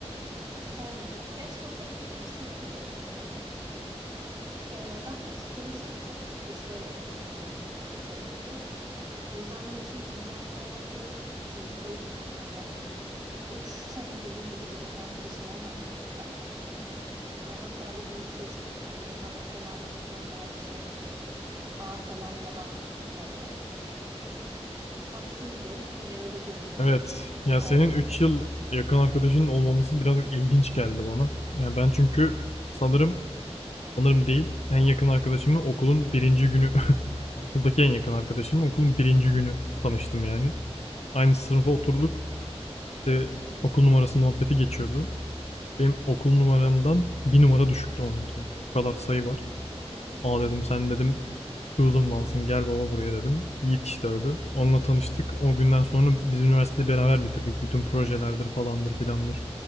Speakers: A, on the right; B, on the left.
A: Çok sarmıyordu. Gerçi sosyal psikoloji sarıyordu o konularda. Ee, ben bir de psikolojiyi çok çok isteyerek okudum yani çok seviyordum. O yüzden benim için üniversite hayatı keyifliydi. Yani 3 sene dediğim gibi yakın arkadaşım olmadı bölümden. Ve hatta bir gün bir çocuk e, bana selam verirken geldi şey dedi. Aa selam yabani dedi. Tatsızdı <laughs> hani öyle görülüyor
B: Evet.
A: biri
B: Ya
A: olmam.
B: senin 3 yıl yakın arkadaşının olmaması biraz ilginç geldi bana. Ya ben çünkü sanırım sanırım değil en yakın arkadaşımı okulun birinci günü <laughs> okuldaki en yakın arkadaşımı okulun birinci günü tanıştım
A: Hı hı,
B: yani. Aynı sınıfa oturduk. İşte okul numarası muhabbeti geçiyordu. Benim okul numaramdan bir numara düşüktü onunki. O kadar sayı var.
A: hı hı,
B: Aa dedim sen dedim chosen one'sın gel baba buraya dedim. Yiğit işte adı. Onunla tanıştık. O günden sonra biz üniversiteyi beraber bitirdik. Bütün projelerdir falandır filandır.